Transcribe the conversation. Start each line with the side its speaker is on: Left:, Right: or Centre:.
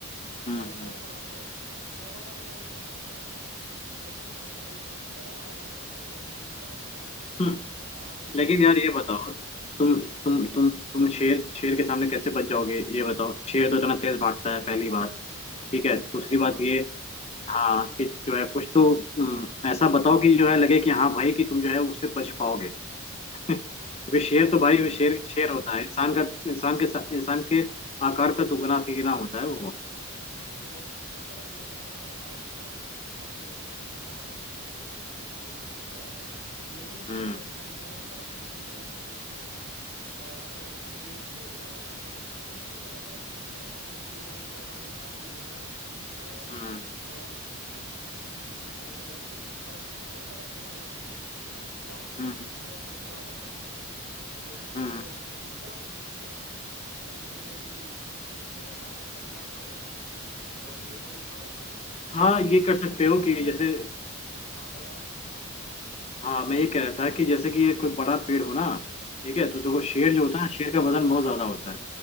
Left: हम्म
Right: ऐ- ऐसा मतलब ओवरऑल मैं यही समझूंगा कि अपने आप को कोशिश करूंगा कि मैं उससे भी ड- डरावना हूँ एकदम मुंह ऐसे करके
Left: हम्म।
Right: और दांत दिखा
Left: लेकिन
Right: के
Left: यार
Right: एकदम
Left: ये बताओ तुम
Right: हाँ
Left: तुम तुम तुम शेर शेर के सामने कैसे बच जाओगे ये बताओ शेर तो इतना तेज भागता है पहली बात ठीक है दूसरी
Right: यार
Left: बात
Right: हाँ
Left: ये
Right: ये
Left: हाँ कि जो है कुछ तो हम्म, ऐसा बताओ कि जो है लगे कि हाँ भाई कि तुम जो है उससे बच पाओगे <laughs> क्योंकि शेर
Right: यार
Left: तो भाई
Right: देखो
Left: शेर शेर होता है इंसान का इंसान के सा- इंसान के आकार का दुगना तिगुना होता है वो
Right: हाँ वो मतलब यही करूंगा यार भा, भागूंगा नहीं यार शेर के सामने तो भाग नहीं पाऊंगा ये तो सी, सीधी सीधी बात है यही मेरे
Left: हम्म
Right: पास मैं मेरे हिसाब से मैं यही करूंगा कि उसके आँख आ, मतलब उसको देख के और मतलब उसको देख के क्या मतलब कोशिश करूंगा कोई पेड़ वगैरह हो झाड़ी वगैरह हो और
Left: हम्म
Right: थोड़ा उसमें छुपने की कोशिश करूंगा या फिर कई बहुत सारे पेड़ होते हैं जिसमें क्या होता है ना
Left: हम्म
Right: कि अंदर खोखला होता है थोड़ा सा तो कोशिश करूंगा
Left: हाँ
Right: उसमें छुप जाऊं और ताकि शेर भी उसमें मतलब शेर ना आए पतला सा हो उसमें छुप छुप जाऊं यही करूंगा और क्या कर सकता हूँ
Left: हाँ, ये कर सकते हो
Right: अच्छा
Left: कि
Right: मैं
Left: जैसे
Right: हाँ बताओ
Left: हाँ मैं ये कह रहा था कि जैसे कि ये कोई बड़ा पेड़ हो ना ठीक है
Right: हाँ
Left: तो देखो शेर जो होता है शेर का वजन बहुत ज्यादा होता है